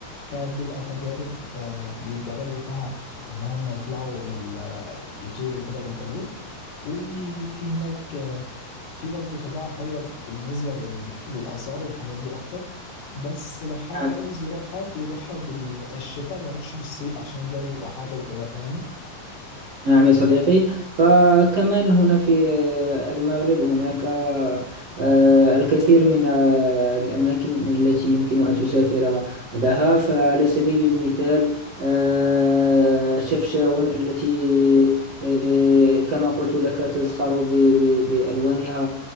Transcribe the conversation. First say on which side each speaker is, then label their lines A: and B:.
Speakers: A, on the left; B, on the right.
A: كان بيبقى تجارب آه، بيجربوا فيها ان هم يطلعوا لل يطيروا كده بالبالون وفي هناك آه، في برضه طباعة حلوة بالنسبة لل... للآثار والحاجات دي أكتر بس لو حد
B: نعم.
A: عاوز يروحها بيروحها بالشتاء ما يروحش بالصيف عشان الجو بيبقى حر وكده فاهم
B: نعم يا صديقي فكمان هنا في المغرب هناك آه، الكثير من آه، الأماكن التي يمكن أن تسافر لها فعلى سبيل المثال آه، شفشاون التي آه، كما قلت لك تزخر ب- ب- بألوانها